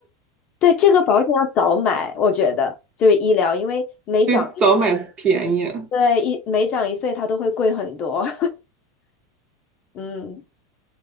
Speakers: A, on the left (about 35°); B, on the right (about 30°).
A: 对，这个保险要早买，我觉得就是医疗，因为每长
B: <laughs> 就早买便宜。嗯，
A: 对一每长一岁，它都会贵很多。<laughs> 嗯，